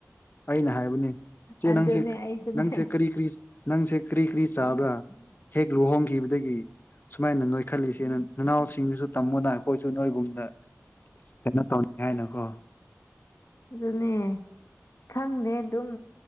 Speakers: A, on the left (about 40°); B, on the left (about 65°).
A: ꯑꯩꯅ ꯍꯥꯏꯕꯅꯦ ꯢꯆꯦ
B: ꯑꯗꯨꯅꯦ
A: ꯅꯪꯁꯦ
B: ꯑꯩꯁꯨꯅꯦ
A: ꯅꯪꯁꯦ ꯀꯔꯤ ꯀ꯭ꯔꯤ ꯅꯪꯁꯦ ꯀ꯭ꯔꯤ ꯀ꯭ꯔꯤ ꯆꯥꯕ꯭ꯔꯥ ꯍꯦꯛ ꯂꯨꯍꯣꯡꯈꯤꯕꯗꯒꯤ ꯁꯨꯃꯥꯏꯅ ꯅꯣꯏꯈꯠꯂꯤꯁꯦꯅ ꯅꯅꯥꯎꯁꯤꯡꯗꯁꯨ ꯇꯝꯃꯣꯗꯥꯢ ꯑꯈꯣꯏꯁꯨ ꯅꯣꯏꯒꯨꯝꯅ ꯀꯩꯅꯣ ꯇꯧ ꯅꯤꯍꯥꯏꯅꯀꯣ
B: ꯑꯗꯨꯅꯦ ꯈꯪꯗꯦ ꯗꯨꯝ